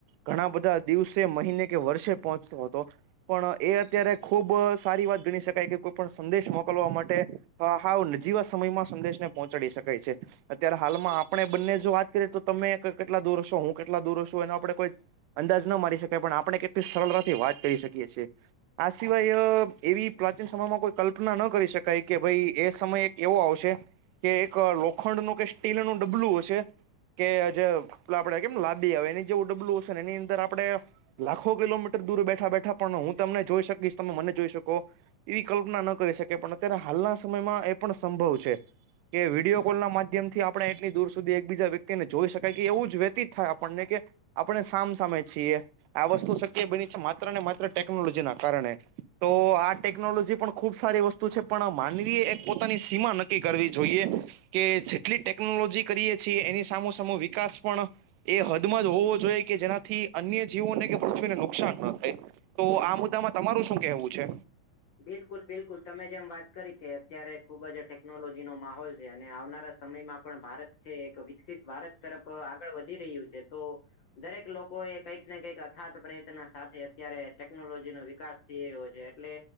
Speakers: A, on the right; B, on the left.
A: ઘણા બધા દિવસે મહિને કે વર્ષે પહોંચતો હતો. પણ એ અત્યારે ખૂબ સારી વાત ગણી શકાય કે કોઈ પણ સંદેશ મોકલવા માટે હ હા નજીવાત સમયમાં સંદેશને પહોંચાડી શકાય છે. અત્યારે હાલમાં આપણે બંને જો વાત કરીએ તો તમે કેટલા દૂર હશો હું કેટલા દૂર હ છું એનો આપણે કોઈ અંદાજ ન મારી શકાય પણ આપણે કેટલી સરળતાથી વાત કરીહી શકીએ છીએ. આ સિવાય એવી પ્રાચીન સમયમાં કોઈ કલ્પના ન કરી શકાય કે ભાઈ એ સમય એક એવો આવશે કે એક લોખંડ નું કે સ્ટીલ ન ડબલું હશે કે જે પ આપડે કેમ લાદી આવે એની જે ડબલુંશે ને એની અંદર આપડે લાખો કિલોમીટર દૂર બેઠા બેઠા પણ હું તમને જોઈ શકીશ તમે મને જોઈ શકો એવી કલ્પના ન કરી શકે પણ અત્યારે હાલના સમયમાં એ પણ સંભવ છે. કે વિડીયો કોલ ના માધ્યમ માધ્યમ થી આપણે એટલી દૂર સુધી એકબીજા વ્યક્તિને જોઈ શકાય કે એવું જ વ્યતીતાય આપણને કે આપણે સામસામે છીએ આ વસ્તુ શક્ય બની છે માત્ર ને માત્ર ટેકનોલોજી ના કારણે તો આ ટેકનોલોજી પણ ખુબ સારી વસ્તુ પણ માનવી એક પોતાની સીમા નક્કી કરવી જોઈએ કે એટલી ટેકનોલોજી કરીએ છીએ, એની સામો સામો વિકાસ પણ એ હદમાં જ હોવો જોઈએ કે જેનાથી અન્ય જીવોને કે પૃથ્વીને નુકસાન ના થાય. તો આ મુદ્દામાં તમારું શું કેહેવું છે.
B: બિલકુલ બિલકુલ તમે જેમ વાત કરી કે અત્યારે ખુબ જ ટેકનોલોજી નો માહોલ છે, અને આવનારા સમયમાં પણ ભારત છે એક વિકસિત ભારત તરફ આગળ વધી રહ્યું છે, તો દરેક લોકો એ કંઈક ને કંઈક અથાત પ્રયત્ન સાથે અત્યારે ટેકનોલોજી નો વિકાસ જે એવો છે એટલે